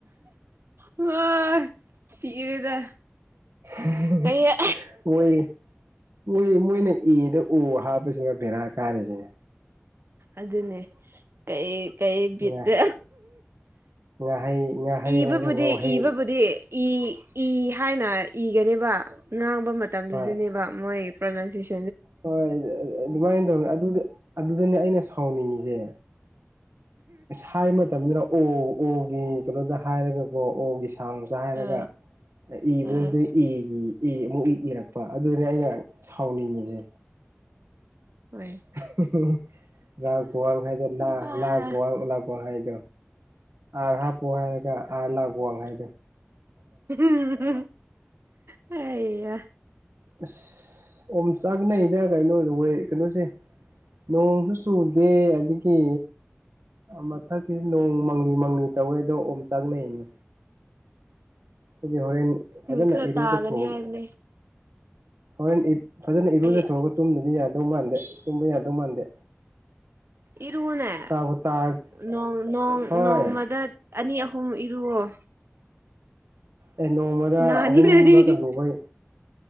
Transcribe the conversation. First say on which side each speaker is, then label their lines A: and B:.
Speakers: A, on the right; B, on the right.
A: ꯑ ꯁꯤꯔꯦꯗ
B: ꯑꯣꯈꯣꯏ
A: ꯑꯩ
B: ꯃꯣꯏ ꯃꯣꯏꯅ ꯏꯔꯤꯗꯨ ꯎ ꯍꯥꯞꯄꯁꯤꯅ ꯕꯦꯔꯥ ꯀꯥꯔꯤꯁꯦ
A: ꯑꯗꯨꯅꯦ ꯀꯩ ꯀꯩ ꯕꯤꯠꯇ
B: ꯉꯥ ꯉꯥꯍꯩ ꯉꯥꯍꯩ
A: ꯏꯕꯕꯨꯗꯤ-ꯏꯕꯕꯨꯗꯤ
B: ꯍꯥꯏꯔ ꯉꯣꯍꯩ
A: ꯏ ꯏ ꯍꯥꯏꯅ ꯏꯒꯅꯦꯕ ꯉꯥꯡꯕ ꯃꯇꯝꯗꯨꯗꯅꯦꯕ
B: ꯍꯣꯏ
A: ꯃꯣꯏ ꯄ꯭ꯔꯣꯅꯥꯎꯟꯁꯦꯁꯟ
B: ꯍꯣꯏ ꯑꯗꯨꯃꯥꯏꯅ ꯇꯧꯅꯦ ꯑꯗꯨꯗ ꯑꯗꯨꯗꯅꯦ ꯑꯩꯅ ꯁꯥꯎꯅꯤꯡꯉꯤꯁꯦ ꯍꯥꯏ ꯃꯇꯝꯗꯅ ꯑꯣ ꯑꯣꯒꯤ ꯀꯩꯅꯣꯗ ꯍꯥꯏꯔꯒꯀꯣ ꯑꯣꯒꯤ ꯁꯥꯎꯁ ꯍꯥꯏꯔꯒ
A: ꯑ
B: ꯏꯕꯁꯤꯗ
A: ꯎꯝ
B: ꯏꯒꯤ ꯏ ꯑꯃꯨꯛ ꯏ ꯏꯔꯛꯄ ꯑꯗꯨꯅꯦ ꯑꯩꯅ ꯁꯥꯎꯅꯤꯡꯉꯤꯁꯦ
A: ꯍꯣꯏ
B: ꯍ ꯍ ꯔ ꯋꯥꯡ ꯍꯥꯏꯗ ꯂꯥ
A: ꯑ
B: ꯂꯥ ꯋꯥꯡ ꯂꯥꯡ ꯋꯥ ꯋꯥꯡꯈꯥꯏꯗ ꯑ ꯍꯥꯞꯄ ꯍꯥꯏꯔꯒ ꯑ ꯂꯅꯥꯒ ꯋꯥꯡꯈꯥꯏꯗ
A: ꯍ ꯍ ꯍ ꯑꯩꯌꯥ
B: ꯑꯁ ꯑꯣꯝ ꯆꯥꯛꯅꯩꯗ ꯀꯩꯅꯣꯗ ꯀꯩꯅꯣꯁꯦ ꯅꯣꯡꯁꯨ ꯆꯨꯗꯦ ꯑꯗꯒꯤ ꯃꯊꯛꯀꯤ ꯅꯣꯡ ꯃꯪꯂꯤ ꯃꯪꯂꯤ ꯇꯧꯋꯦ ꯑꯗꯣ ꯑꯣꯝ ꯆꯥꯛꯅꯩꯅꯦ ꯑꯗꯨꯗꯤ ꯍꯣꯔꯦꯟ ꯐꯖꯅ
A: ꯈꯔ
B: ꯏꯔꯨꯖꯠꯊꯣꯛꯑꯒ
A: ꯇꯥꯒꯅꯤ ꯍꯥꯏꯕꯅꯦ
B: ꯍꯣꯔꯦꯟ ꯐꯖꯅ ꯏꯔꯨꯖꯊꯣꯛꯑꯒ
A: ꯑꯩ
B: ꯇꯨꯝꯗꯗꯤ ꯌꯥꯗꯦ ꯗꯧ ꯃꯥꯟꯗꯦ ꯇꯨꯝꯕ ꯌꯥꯗꯧ ꯃꯥꯟꯗꯦ
A: ꯏꯔꯨꯅꯦ
B: ꯇꯥꯕꯨ ꯇꯥꯔ
A: ꯅꯣꯡ ꯅꯣꯡ
B: ꯍꯣꯏ
A: ꯅꯣꯡꯃꯗ ꯑꯅꯤ ꯑꯍꯨꯝ ꯔꯨꯑꯣ
B: ꯑꯦ ꯅꯣꯡꯃꯗ
A: ꯅꯥꯅꯤꯉꯥꯏ
B: ꯑꯍꯨꯝꯂꯒ ꯂꯨꯕꯩ